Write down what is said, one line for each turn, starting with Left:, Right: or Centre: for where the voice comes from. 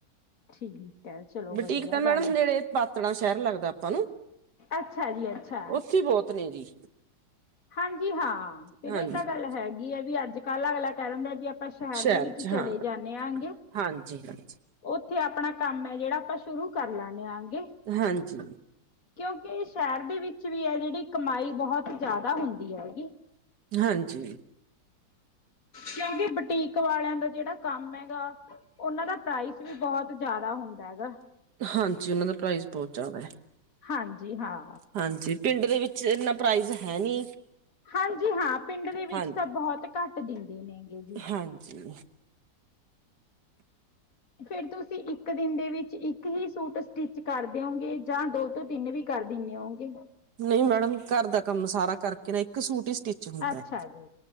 Left: ਠੀਕ ਹੈ ਚਲੋ
Right: ਬਟੀਕ
Left: ਵਧੀਆ
Right: ਤਾਂ ਮੈਡਮ
Left: ਗੱਲ
Right: ਨੇੜੇ ਪਾਤੜਾਂ ਸੈ਼ਹਰ ਲੱਗਦਾ ਆਪਾਂ ਨੂੰ,
Left: ਅੱਛਾ ਜੀ ਅੱਛਾ
Right: ਓਥੇ੍ ਈ ਬਹੁਤ ਨੇ ਜੀ
Left: ਹਾਂਜੀ ਹਾਂ, ਫਿਰ
Right: ਹਾਂਜੀ
Left: ਏਹ ਤਾਂ ਗੱਲ ਹੈਗੀ ਐ, ਵੀ ਅੱਜ-ਕੱਲ ਅਗਲਾ ਕੈਹ ਦਿੰਦਾ ਵੀ ਆਪਾਂ ਸੈ਼ਹਰ
Right: ਸ਼ਹਿਰ
Left: ਦੇ ਵਿੱਚ
Right: ਚ
Left: ਚਲੇ
Right: ਹਾਂ
Left: ਜਾਂਣੇ ਆਂਗੇ
Right: ਹਾਂਜੀ ਹਾਂਜੀ
Left: ਓਥੇ ਆਪਣਾ ਕੰਮ ਹੈ, ਜੇਹੜਾ ਆਪਾਂ ਸ਼ੁਰੂ ਕਰ ਲੈਣੇ ਆਗੇ
Right: ਹਾਂਜੀ।
Left: ਕਿਉਂਕਿ ਸੈ਼ਹਰ ਦੇ ਵਿੱਚ ਵੀ ਐ ਜੇਹੜੀ ਕਮਾਈ ਬਹੁਤ ਜ਼ਿਆਦਾ ਹੁੰਦੀ ਹੈਗੀ।
Right: ਹਾਂਜੀ।
Left: ਕਿਉਂਕਿ ਬਟੀਕ ਵਾਲੇਆਂ ਦਾ ਜੇਹੜਾ ਕੰਮ ਐਗਾ ਓੱਨਾਂ ਦਾ ਪ੍ਰਾਈਸ ਵੀ ਬਹੁਤ ਜੇਆਦਾ ਹੁੰਦਾ ਹੈਗਾ
Right: ਹਾਂਜੀ ਉੱਨਾਂ ਦਾ ਪ੍ਰਾਈਜ਼ ਬਹੁਤ ਜੇਆਦਾ ਹੈ।
Left: ਹਾਂਜੀ ਹਾਂ।
Right: ਹਾਂਜੀ, ਪਿੰਡ ਦੇ ਵਿੱਚ ਇੱਨਾ ਪ੍ਰਾਈਜ਼ ਹੈ ਨੀ।
Left: ਹਾਂਜੀ ਹਾਂ, ਪਿੰਡ ਦੇ ਵਿੱਚ
Right: ਹਾਂ
Left: ਤਾਂ ਬਹੁਤ ਘੱਟ ਦਿੰਦੇ ਨੇ ਗੇ ਜੀ।
Right: ਹਾਂਜੀ।
Left: ਫੇਰ ਤੁਸੀਂ ਇੱਕ ਦਿਨ ਦੇ ਵਿੱਚ ਇੱਕ ਹੀ ਸੂਟ ਸਟਿਚ ਕਰਦੇ ਓਂਗੇ, ਜਾਂ ਦੋ ਤੋਂ ਤਿੰਨ ਵੀ। ਕਰ ਦਿੰਨੇ ਓਂਗੇ।
Right: ਨਹੀਂ ਮੈਡਮ, ਘਰ ਦਾ ਕੰਮ ਸਾਰਾ ਕਰਕੇ ਨਾ ਇੱਕ ਸੂਟ ਹੀ ਸਟਿਚ ਹੁੰਦਾ
Left: ਅੱਛਾ
Right: ਹੈ
Left: ਜੀ।